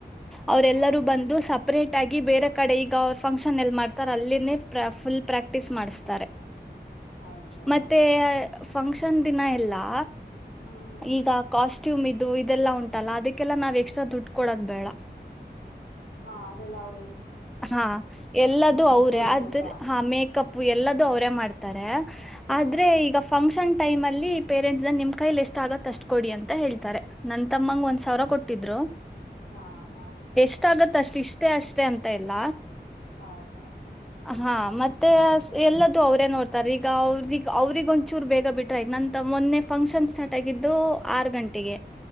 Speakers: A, in the centre; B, on the left (about 80°).
A: ಅವ್ರೆಲ್ಲರೂ
B: ಹಾಂ
A: ಬಂದು ಸಪ್ರೇಟ್ ಆಗಿ ಬೇರೆ ಕಡೆ ಈಗ ಅವ್ರ ಫಂಕ್ಷನ್ ಎಲ್ಲಿ ಮಾಡ್ತಾರೆ ಅಲ್ಲಿ ಫುಲ್ ಪ್ರಾಕ್ಟೀಸ್ ಮಾಡಿಸತಾರೆ
B: ಹೌದಲ್ಲ
A: ಮತ್ತೆ ಫಂಕ್ಷನ್ ದಿನ ಎಲ್ಲಾ
B: ಹ್ಞೂ ಹ್ಞೂ ಹ್ಞೂ
A: ಈಗ ಕಾಸ್ಟ್ಯೂಮ್ ಇದು ಇದೆಲ್ಲಾ ಉಂಟಲ್ಲ ಅದಕ್ಕೆಲ್ಲಾ ನಾವ್ ಎಕ್ಸ್ಟ್ರಾ ದುಡ್ ಕೊಡೋದ್ ಬೇಡ.
B: ಹಾ ಅದೆಲ್ಲ ಅವ್ರೆ
A: ಹಾ ಎಲ್ಲದು ಅವ್ರೆ
B: ಇದೆಲ್ಲ
A: ಆದ್ರ ಹಾ ಮೇಕಪ್ ಎಲ್ಲದು ಅವ್ರೇ ಮಾಡ್ತಾರೆ ಆದ್ರೆ
B: ಹಾಂ
A: ಈಗ ಫಂಕ್ಷನ್. ಟೈಮಲ್ಲಿ ಪೇರೆಂಟ್ಸ್ ನಿಮ್ ಕೈಲಿ ಎಷ್ಟ್ ಆಗತ್ ಅಷ್ಟ ಕೊಡಿ ಅಂತ ಹೇಳ್ತಾರೆ ನನ್ ತಮ್ಮಂಗ ಒಂದ್ ಸಾವ್ರ ಕೊಟ್ಟಿದ್ರು.
B: ಹಾಂ ಹಾಂ
A: ಎಷ್ಟ್ ಆಗತ್ ಅಷ್ಟ ಇಷ್ಟೇ ಅಷ್ಟೇ ಅಂತ್ ತ ಎಲ್ಲ
B: ಹೌದೌದು
A: ಹಾ ಮತ್ ಮತ್ತೆ ಎಲ್ಲದು ಅವ್ರೇ ನೋಡ್ತಾರೆ ಈಗ ಅವ್ರಿಗ್ ಅವ್ರಿಗ್ ಒಂಚೂರ್ ಬೇಗ ಬಿಟ್ರ ಆಯ್ತ್ ನಂತ್ ಮೊನ್ನೆ ಫಂಕ್ಷನ್ ಷನ್ ಸ್ಟಾರ್ಟ್ ಆಗಿದ್ದು. ಆರ್ ಗಂಟೆಗೆ